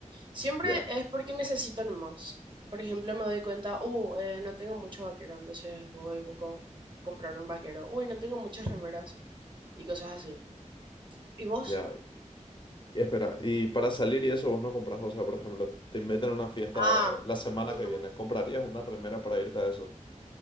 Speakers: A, on the right; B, on the left.
A: Siempre
B: Ya,
A: es porque necesito nomás. Por ejemplo, me doy cuenta, uh, eh, no tengo muchos vaqueros, entonces voy y busco comprar un vaquero. Uy, no tengo muchas remeras y cosas así. ¿Y vos?
B: ya. Y Espera, y para salir y eso vos no compras, o sea, por ejemplo, te invitan a una fiesta
A: Ah,
B: eh, la semana
A: ujú.
B: que viene, ¿comprarías una remera para irte a eso?